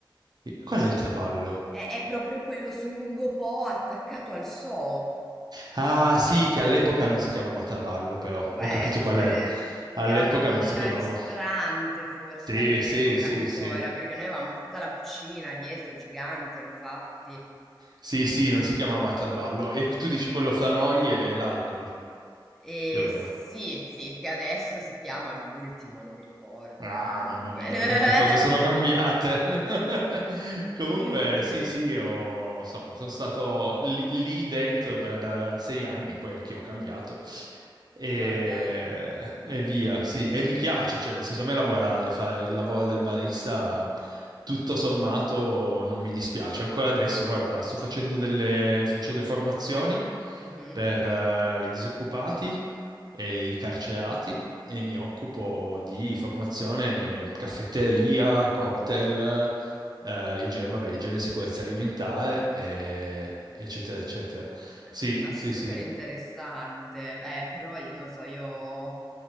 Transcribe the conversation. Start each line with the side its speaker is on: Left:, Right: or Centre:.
Right: Qual è il traballo?
Centre: è, è proprio quello su lungo Po attaccato al So,
Right: Ah, sì, che all'epoca non si chiamava Traballo, però
Centre: può
Right: ho
Centre: essere,
Right: capito qual è. All'epoca
Centre: che era un, un
Right: non si chiamava.
Centre: ristorante forse
Right: Sì,
Centre: all'epoca
Right: sì, sì,
Centre: ancora,
Right: sì.
Centre: perché noi avevamo tutta la cucina dietro, gigante infatti.
Right: Sì, sì, non si chiamava Traballo. E tu dici quello fra noi è l'alcol,
Centre: E
Right: più o meno.
Centre: sì, sì, che adesso si chiama l'ultimo, non mi ricordo
Right: Ah,
Centre: comunque.
Right: mamma mia,
Centre: <laughs>
Right: quante cose sono cambiate. <laughs> Comunque,
Centre: Sì, sì,
Right: sì, sì, io, insomma, sono stato lì, lì dentro per eh, sei anni, poi anch'io ho cambiato. E,
Centre: ma dai.
Right: e via, sì, e mi piace, cioè, nel senso, a me lavorare, fare il lavoro del barista, tutto sommato, non mi dispiace. Ancora adesso, guarda, sto facendo delle, faccio delle formazioni
Centre: Mhm.
Right: per eh, i disoccupati e i carcerati e mi occupo di formazione, eh, caffetteria, cocktail, eh, igie- vabbè, igiene e sicurezza alimentare,
Centre: Eh,
Right: e-
Centre: quello.
Right: eccetera, eccetera.
Centre: Beh,
Right: Sì,
Centre: Ma
Right: sì,
Centre: super
Right: sì,
Centre: interessante. Eh, però io non so, io